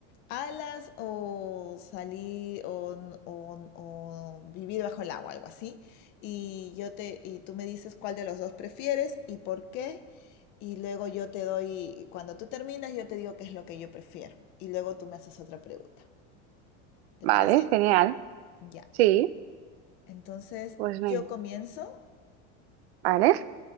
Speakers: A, on the left (about 30°); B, on the right (about 65°).
A: alas o salir o, o o vivir bajo el agua, algo así? Y yo te y tú me dices cuál de los dos prefieres y por qué. Y luego yo te doy, cuando tú terminas, yo te digo qué es lo que yo prefiero. Y luego tú me haces otra pregunta. ¿Te
B: Vale,
A: parece?
B: genial.
A: Ya.
B: Sí,
A: Entonces,
B: pues venga.
A: yo comienzo
B: Vale.